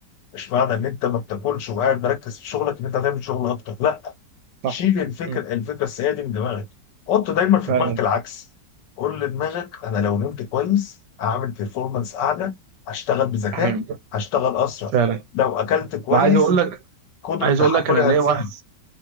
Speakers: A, on the left (about 75°); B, on the right (about 75°).
A: مش معنى ان انت ما بتاكلش وقاعد مركز في شغلك ان انت هتعمل شغل اكتر لا شيل
B: صح
A: الفكره
B: مم.
A: الفكره السيئه دي من دماغك حط دايما في
B: فعلا
A: دماغك العكس قول لدماغك انا لو نمت كويس هعمل بيرفورمانس اعلى هشتغل بذكاء
B: احنا
A: هشتغل اسرع
B: فعلا
A: لو اكلت كويس
B: انا عايز اقول لك
A: قدره
B: عايز
A: تحملي
B: اقول لك انا ليا
A: هتزيد
B: واحد